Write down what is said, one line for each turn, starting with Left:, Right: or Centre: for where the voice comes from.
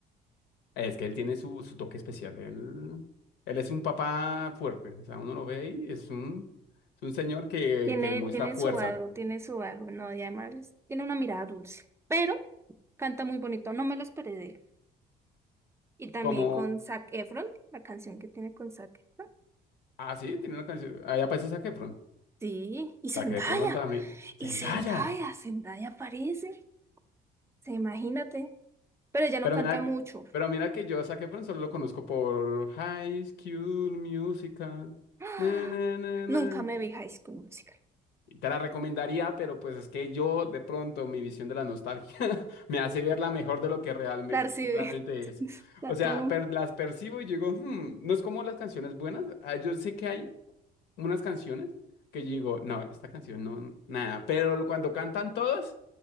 Left: Es que él tiene su, su toque especial. Él, él es un papá fuerte. O sea, uno lo ve y es un, es un señor que,
Right: Tiene,
Left: que demuestra
Right: tiene
Left: fuerza.
Right: su algo, tiene su algo, no, y además es- tiene una mirada dulce, pero canta muy bonito, no me lo esperé de él. Y también
Left: Como.
Right: con Zac Efron, la canción que tiene con Zac Efron.
Left: Ah, sí, tiene una canción. Ahí aparece Zac Efron.
Right: Sí, y Zendaya,
Left: Zac Efron también.
Right: y
Left: ¡Zendaya!
Right: Zendaya, Zendaya aparece, se imagínate, pero ella no
Left: Pero
Right: canta
Left: mira, que-
Right: mucho.
Left: pero mira que yo a Zac Efron solo lo conozco por High School Musical.
Right: <gasps>
Left: Na, na, na,
Right: Nunca
Left: na.
Right: me vi High School Musical.
Left: Te la recomendaría, pero pues es que yo de pronto mi visión de la nostalgia <laughs> me hace verla mejor de lo que realme-
Right: Tarsi,
Left: realmente
Right: <laughs>
Left: es.
Right: La
Left: O
Right: tú.
Left: sea, per- las percibo y digo, "Hmm", no es como las canciones buenas. Ah, yo sé que hay unas canciones que yo digo, no, esta canción no, no, nada, pero lo- cuando cantan todos,